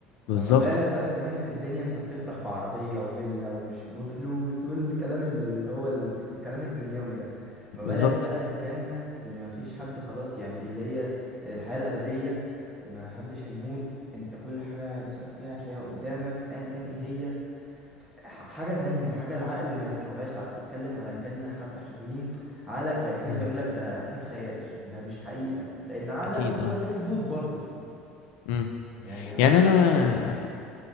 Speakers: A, on the left; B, in the centre.
A: بالظبط
B: فما بالك بقى انت هنا في الدنيا انت بتفرح بعربية وفيلا ومش وفلوس والكلام اللي هو اللي في الكلام الدنيوي ده ما
A: بالظبط
B: بالك بقى الجنة اللي ما فيش حد خلاص يعني اللي هي الحياة الأبدية ما حدش هيموت انت كل حاجة نفسك فيها هتلاقيها قدامك ايا كان ايه هي ح- حاجة تانية حاجة العقل ما يستوعبهاش لو قعدت تتكلم على الجنة حبة حلوين عقلك هي- كده
A: امم
B: هيقولك ده أكيد خيال ده مش حقيقة لأن عقلك
A: اكيد
B: هو
A: اه
B: ليه حدود برضو
A: امم
B: يعني ربنا
A: يعني انا
B: حاطط له حدود